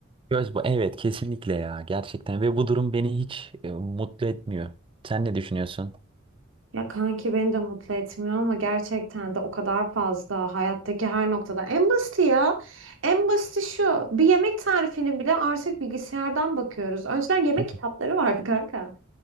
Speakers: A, on the right; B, on the right.
A: Göz bu. Evet kesinlikle ya gerçekten ve bu durum beni hiç e, mutlu etmiyor. Sen ne düşünüyorsun?
B: Ya kanki beni de mutlu etmiyor ama gerçekten de o kadar fazla hayattaki her noktada. En basiti ya. En basiti şu. Bir yemek tarifini bile artık bilgisayardan bakıyoruz. Önceden yemek
A: Değil
B: kitapları
A: mi?
B: vardı kanka.